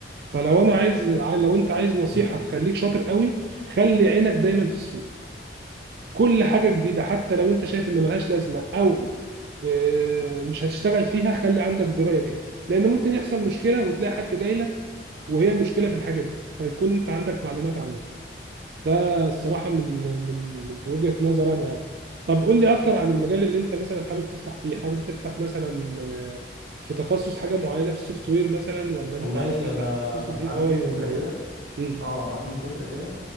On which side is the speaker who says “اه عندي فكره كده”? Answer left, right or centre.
Right